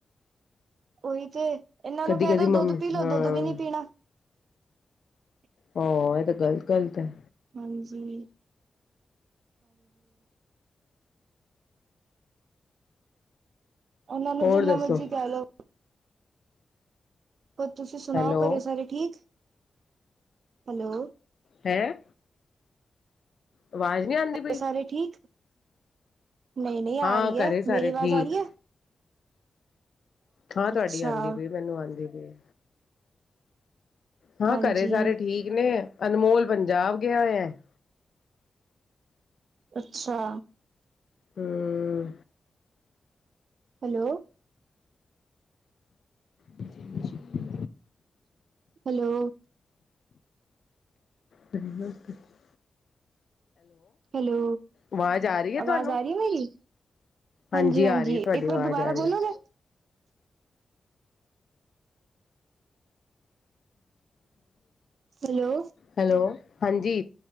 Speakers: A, on the right; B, on the left.
A: ਉਹੀ ਤੇ ਇਹਨਾਂ
B: ਕਦੀ
A: ਨੂੰ ਕਹਿ
B: ਕਦੀ
A: ਦੋ
B: ਮੰਮੀ
A: ਦੁੱਧ ਪੀ ਲੋੋ,
B: ਹਾਂ
A: ਦੁੱਧ ਵੀ ਨੀ ਪੀਣਾ। ਹੂੰ! <inaudible>
B: ਹਾਂ, ਇਹ ਤਾਂ ਗਲ ਗ਼ਲਤ ਹੈ।
A: ਹਾਂਜੀ-ਹਾਂਜੀ। ਉਹਨਾਂ ਨੂੰ
B: ਹੋਰ
A: ਜਿੰਨਾ
B: ਦੱਸੋ
A: ਮਰਜੀ ਕਹਿ ਲੋਓ। ਹੋਰ ਤੁਸੀਂ ਸੁਣਾਓ
B: ਹੈਲੋ
A: ਘਰੇ ਸਾਰੇ ਠੀਕ। ਹੈਲੋ
B: ਹੈਂ ਆਵਾਜ਼ ਨਹੀਂ ਆਉਂਦੀ ਪਈ।
A: ਸਾਰੇ ਘਰੇ ਠੀਕ, ਨਹੀਂ-ਨਹੀਂ ਆ
B: ਹਾਂ
A: ਰਹੀ ਹੈ।
B: ਘਰੇ ਸਾਰੇ
A: ਮੇਰੀ ਆਵਾਜ਼
B: ਠੀਕ
A: ਆ ਰਹੀ ਹੈ।
B: ਹਾਂ
A: ਅੱਛਾ।
B: ਤੁਹਾਡੀ ਆਉਂਦੀ ਪਈ ਮੈਨੂੰ ਆਉਂਦੀ ਪਈ ਹਾਂ।
A: ਹਾਂਜੀ
B: ਘਰੇ ਸਾਰੇ ਠੀਕ ਨੇ, ਅਨਮੋਲ ਪੰਜਾਬ ਗਿਆ ਹੋਇਆ ਹੈ।
A: ਅੱਛਾ।
B: ਹਮ।
A: ਹੈਲੋ
B: ਹਾਂਜੀ! ਹਾਂਜੀ! <unintelligible>
A: ਹੈਲੋ
B: ਸਹੀ ਵਾਸਤੇ। <unintelligible>
A: ਹੈਲੋ,
B: ਆਵਾਜ਼ ਆ ਰਹੀ ਹੈ
A: ਆਵਾਜ਼
B: ਤੁਹਾਨੂੰ
A: ਆ ਰਹੀ ਏ ਮੇਰੀ।
B: ਹਾਂਜੀ
A: ਹਾਂਜੀ-ਹਾਂਜੀ
B: ਆ ਰਹੀ ਹੈ ਤੁਹਾਡੀ
A: ਇੱਕ
B: ਆਵਾਜ਼
A: ਵਾਰ ਦੁਬਾਰਾ
B: ਆ ਰਹੀ
A: ਬੋਲੋਗੇ।
B: ਹੈ
A: ਹੈਲੋ
B: ਹੈਲੋ, ਹਾਂਜੀ।